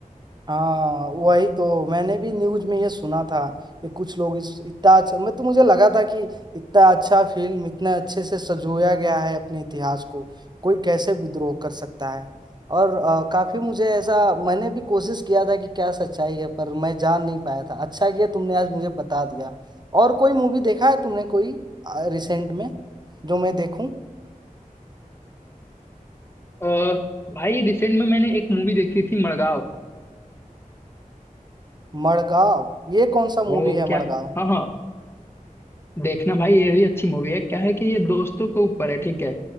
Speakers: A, on the right; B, on the left.
A: हाँ वही तो मैंने भी न्यूज में ये सुना था कि कुछ लोग इस इतना अच्छा मैं तो मुझे लगा था कि इतना अच्छा फिल्म इतना अच्छे से सजोया गया है अपने इतिहास को कोई कैसे विद्रोह कर सकता है और अ, काफी मुझे ऐसा मैंने भी कोशिश किया था कि क्या सच्चाई है पर मैं जान नहीं पाया था अच्छा किया तुमने आज मुझे बता दिया और कोई मूवी देखा है तुमने कोई रिसेंट में जो मैं देखूं
B: अ, भाई रिसेंट में मैंने एक मूवी देखी थी मड़गांव
A: मड़गांव ये कौन सा
B: वो
A: मूवी है
B: क्या
A: मड़गांव
B: हाँ हाँ देखना भाई ये भी अच्छी मूवी है क्या है कि ये दोस्तों के ऊपर है ठीक है